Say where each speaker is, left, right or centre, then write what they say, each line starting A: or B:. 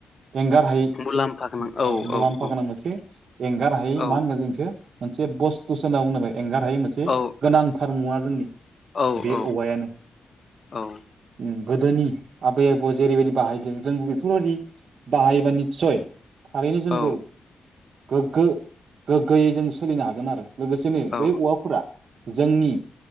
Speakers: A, on the right; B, on the left.
A: एंगार हायै
B: मुलाम्फा गोनां
A: अ
B: औ
A: मुलाम्फा
B: औ औ
A: गोनां मोनसे एंगार हायै
B: औ
A: मा होनगोन जों इखो मोनसे बस्थुस होनना <unintelligible> एंगार हायै मोनसे
B: औ
A: बे गोनांथार मुवा जोंनि
B: औ
A: बे
B: औ
A: औवायानो
B: औ
A: उम गोदोनि आबै आबौआ जेरैबायदि बाहायदों जोंबो बेफोरबायदि बाहायोबा निस्सय थारैनो जोंबो
B: औ
A: गोग्गो-गोग्गोयै जों सोलिनो हागोन आरो लोगोस <unintelligible> नो
B: औ
A: बै औवाफोरा जोंनि